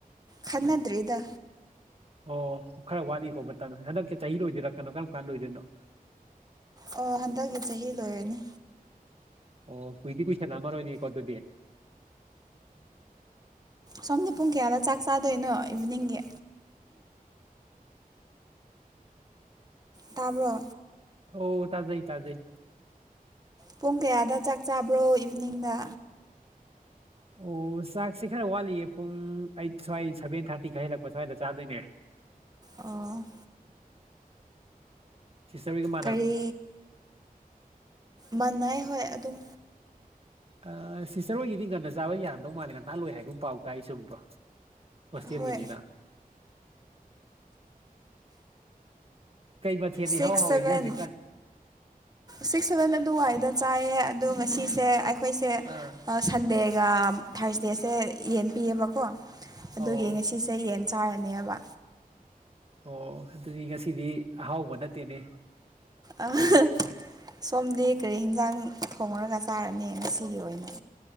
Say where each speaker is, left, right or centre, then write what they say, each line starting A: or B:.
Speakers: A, on the right; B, on the right.
A: ꯈꯟꯅꯗ꯭ꯔꯔꯤꯗ
B: ꯑꯣ ꯈꯔ ꯋꯥꯠꯂꯤꯀꯣ ꯃꯇꯝ ꯍꯟꯗꯛꯁꯤ ꯆꯍꯤ ꯂꯣꯏꯗꫭꯏꯔ ꯀꯅꯣ ꯀꯔꯝ ꯀꯥꯟ ꯂꫭꯏꯗꯣꯏꯅꯣ
A: ꯑꯣ ꯍꯟꯗꯛꯀꯤ ꯆꯍꯤ ꯂꯣꯏꯔꯅꯤ
B: ꯑꯣ ꯀꯨꯏꯗꯤ ꯀꯨꯏꯁꯟ ꯂꯛꯑꯝꯃꯔꫭꯏꯅꯦꯀꫭ ꯑꯗꯨꯗꯤ
A: ꯁꯣꯝꯗꯤ ꯄꯨꯡ ꯀꯌꯥꯗ ꯆꯥꯛ ꯆꯥꯗꯣꯏꯅꯣ ꯏꯚꯤꯅꯤꯡꯒꯤ ꯇꯥꯕ꯭ꯔꯣ
B: ꯑꯣ ꯇꯥꯖꯩ ꯇꯥꯖꯩ
A: ꯄꯨꯡ ꯀꯌꯥꯗ ꯆꯥꯛ ꯆꯥꯕ꯭ꯔꯣ ꯏꯚꯤꯅꯤꯡꯗ
B: ꯑꯣ ꯆꯥꯛꯁꯤ ꯈꯔ ꯋꯥꯠꯂꯤꯌꯦ ꯄꯨꯡ ꯑꯩꯠ ꯁ꯭ꯋꯥꯏ ꯁꯚꯦꯟ ꯊꯥꯔꯇꯤ ꯈ ꯍꯜꯂꯛꯄ ꯁ꯭ꯋꯥꯏꯗ ꯆꯥꯗꯣꯏꯅꯦ
A: ꯑꯣ
B: ꯁꯤꯁꯇꯔꯒ ꯃꯥ
A: ꯀꯔꯤ ꯃꯅꯥꯏ ꯍꯣꯏ ꯑꯗꯨꯝ
B: ꯑꯥ ꯁꯤꯁꯇꯔ ꯍꯣꯏꯒꯤꯗꯤ ꯉꯟꯅ ꯆꯥꯕ ꯌꯥꯔꯝꯗꯧ ꯃꯥꯜꯂꯦ ꯉꯟꯇ ꯂꯣꯏ ꯍꯥꯏꯒꯨꯝ ꯄꯥꯎ ꯇꯥꯏ ꯆꯨꯝꯕ꯭ꯔꯣ ꯍꯣꯁꯇꯦꯜꯒꯤꯅꯤꯅ
A: ꯍꯣꯏ
B: ꯀꯩ ꯃꯊꯦꯜꯅ
A: ꯁꯤꯛꯁ
B: ꯏꯍꯥꯎ ꯍꯥꯎꯔꯤꯒꯦ
A: ꯁꯚꯦꯟ
B: ꯍꯧꯖꯤꯛꯀꯥꯟ
A: ꯁꯤꯛꯁ ꯁꯚꯦꯟ ꯑꯗꯨꯋꯥꯏꯗ ꯆꯥꯏꯌꯦ ꯑꯗꯣ ꯉꯁꯤꯁꯦ ꯑꯩꯈꯣꯏꯁꯦ
B: ꯑꯥ
A: ꯁꯟꯗꯦꯒ ꯐꯥꯔꯁ ꯗꯦꯁꯦ ꯌꯦꯟ ꯄꯤꯌꯦꯕꯀꯣ ꯑꯗꯨꯒꯤ
B: ꯑꯣ
A: ꯉꯁꯤ ꯆꯌꯦꯟ ꯆꯥꯔꯅꯦꯕ
B: ꯑꯣ ꯑꯗꯨꯗꯤ ꯉꯁꯤꯗꯤ ꯑꯍꯥꯎꯕ ꯅꯠꯇꯦꯅꯦ
A: ꯑꯥ ꯁꯣꯝꯗꯤ ꯀꯔꯤ ꯌꯦꯟꯖꯥꯡ ꯊꯣꯡꯉꯨꯔꯒ ꯆꯥꯔꯅꯤ ꯉꯁꯤꯒꯤ ꯑꯣꯏꯅ